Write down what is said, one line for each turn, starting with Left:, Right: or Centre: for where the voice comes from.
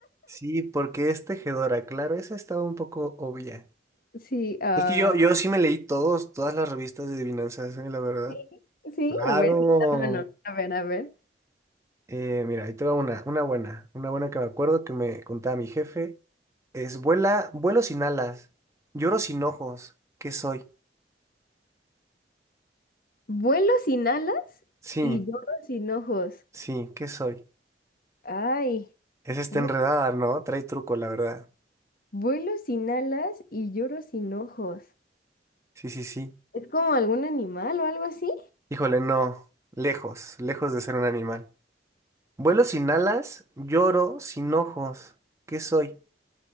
Right: Sí, porque es tejedora, claro, esa estaba un poco obvia.
Left: sí, ah,
Right: Es que yo, yo sí me leí todos, todas las revistas de adivinanzas, eh, la verdad.
Left: sí, sí,
Right: Claro.
Left: a ver, sí, dame uno. A ver, a ver.
Right: Eh, mira, ahí te va una, una buena, una buena que me acuerdo que me contaba mi jefe. Es vuela, vuelo sin alas, lloro sin ojos. ¿Qué soy?
Left: Vuelo sin alas
Right: Sí,
Left: y lloro sin ojos.
Right: sí, ¿qué soy?
Left: Ay,
Right: Es esta
Left: vu-
Right: enredada, ¿no? Trae truco, la verdad.
Left: vuelo sin alas y lloro sin ojos.
Right: Sí, sí, sí.
Left: ¿Es como algún animal o algo así?
Right: Híjole, no. Lejos, lejos de ser un animal. Vuelo sin alas, lloro sin ojos. ¿Qué soy?